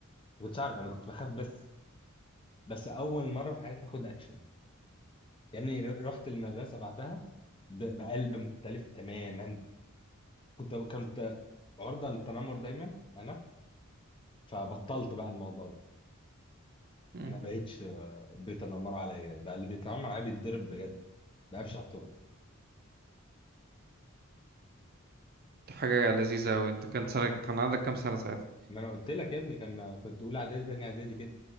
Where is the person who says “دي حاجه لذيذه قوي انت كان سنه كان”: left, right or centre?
Right